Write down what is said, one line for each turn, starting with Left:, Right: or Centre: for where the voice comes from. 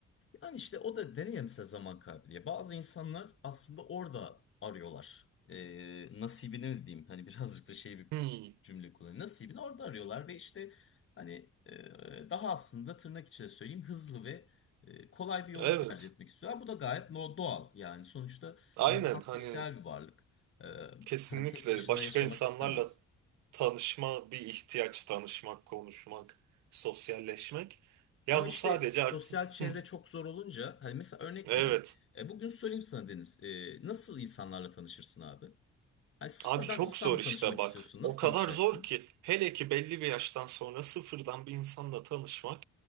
Left: Yani işte o da denir ya mesela zaman kaybediyor. Bazı insanlar aslında orada arıyorlar. Ee, nasibini diyeyim hani birazcık da şey bir
Right: Hmm,
Left: cümle kullanayım. Nasibini orada arıyorlar ve işte hani e, daha aslında tırnak içinde söyleyeyim hızlı ve e, kolay bir yolu
Right: evet.
Left: tercih etmek istiyorlar. Bu da gayet no doğal yani sonuçta
Right: Aynen
Left: insan sosyal
Right: hani
Left: bir varlık. Ee,
Right: Kesinlikle
Left: hani tek başına
Right: başka
Left: yaşamak
Right: insanlarla
Left: istemez.
Right: tanışma bir ihtiyaç, tanışmak, konuşmak, sosyalleşmek. Ya
Left: Ama işte
Right: bu sadece
Left: sosyal
Right: artık
Left: çevre
Right: Hı,
Left: çok zor olunca hani mesela örnek
Right: evet.
Left: vereyim. E, bugün söyleyeyim sana Deniz. e, nasıl insanlarla tanışırsın abi? Hani sıfırdan
Right: Abi çok
Left: insanla
Right: zor
Left: tanışmak
Right: işte bak.
Left: istiyorsun. Nasıl
Right: O kadar
Left: tanışacaksın?
Right: zor ki hele ki belli bir yaştan sonra sıfırdan bir insanla tanışmak